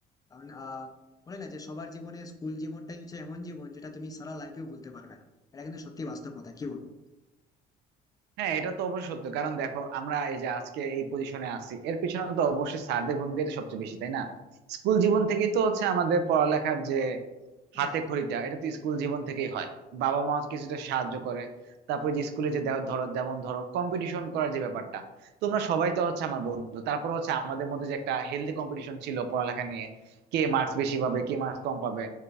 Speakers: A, on the left; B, on the right.
A: কারণ আহ বলে না যে সবার জীবনে স্কুল জীবনটাই হচ্ছে এমন জীবন যেটা তুমি সারা লাইফেও ভুলতে পারবে না এটা কিন্তু সত্যি বাস্তব কথা কি বলবো
B: হ্যাঁ এটা তো অবশ্যই সত্য কারণ দেখো আমরা এই যে আজকে এই পজিশনে আছি এর পিছনে তো অবশ্যই স্যারদের ভূমিকাই তো সবচেয়ে বেশি তাই না স্কুল জীবন থেকেই তো হচ্ছে আমাদের পড়ালেখার যে
A: হ্যাঁ
B: হাতে
A: একদম
B: খড়িটা এটা তো স্কুল জীবন থেকেই হয় বাবা মা কিছুটা সাহায্য করে তারপরে যে স্কুলে যে দে- ধরো যেমন ধরো কম্পিটিশন করার যে ব্যাপারটা তোমরা সবাই তো হচ্ছে আমার বন্ধু তারপর হচ্ছে আমাদের মধ্যে যে একটা হেলদি কম্পিটিশন ছিল পড়ালেখা নিয়ে কে মার্কস বেশি পাবে কে মার্কস কম পাবে